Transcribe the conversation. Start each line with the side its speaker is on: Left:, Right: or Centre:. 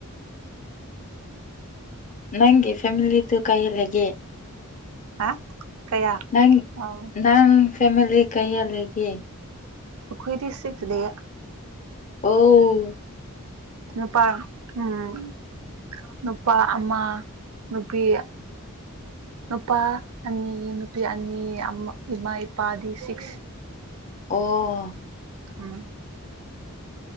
Left: ꯅꯪꯒꯤ ꯐꯃꯤꯂꯤꯗꯨ ꯀꯥꯏ ꯂꯩꯒꯦ
Right: ꯍꯥ ꯀꯌꯥ
Left: ꯅꯪ
Right: ꯑꯥꯎ
Left: ꯅꯪ ꯐꯦꯃꯤꯂꯤ ꯀꯩꯌꯥ ꯂꯩꯒ
Right: ꯄꯨꯈꯣꯏꯗꯤ ꯁꯤ ꯂꯩ
Left: ꯑ
Right: ꯅꯨꯄꯥ ꯎꯝ ꯅꯨꯄꯥ ꯑꯃ ꯅꯨꯄꯤ ꯅꯨꯄꯥ ꯑꯅꯤ ꯅꯨꯄꯤ ꯑꯅꯤ ꯏꯃꯥ ꯏꯄꯥꯗꯤ ꯁꯤꯛꯁ
Left: ꯑꯣ
Right: ꯎꯝ